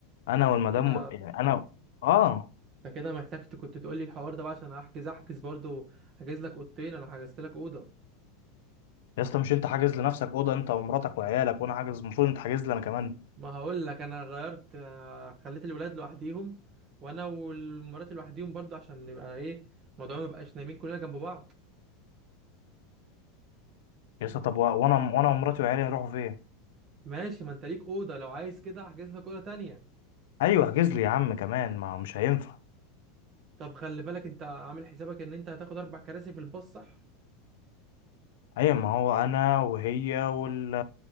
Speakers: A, on the left (about 75°); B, on the right (about 30°).
A: انا
B: ده انت
A: والمدام
B: كده
A: يعني انا اه
B: انت كده محتاج ت- كنت تقول لي الحوار ده بقى عشان احجز احجز برضو هحجز لك اوضتين انا حجزت لك اوضه
A: يا اسطى مش انت حاجز لنفسك اوضه انت ومراتك وعيالك وانا حاجز المفروض انت حاجز لي انا كمان
B: ما هقول لك انا غيرت آه، خليت الولاد لوحديهم وانا والمرات لوحديهم برضه عشان نبقى ايه الموضوع ما يبقاش نايمين كلنا جنب بعض
A: يا اسطى طب و- وانا وانا ومراتي وعيالي نروحوا فين
B: ماشي ما انت ليك اوضه لو عايز كده احجز لك اوضه تانية
A: ايوه احجز لي يا عم كمان ما مش هينفع
B: طب خلي بالك انت عامل حسابك ان انت هتاخد اربع كراسي في الباص صح
A: ايوه ما هو انا وهي وال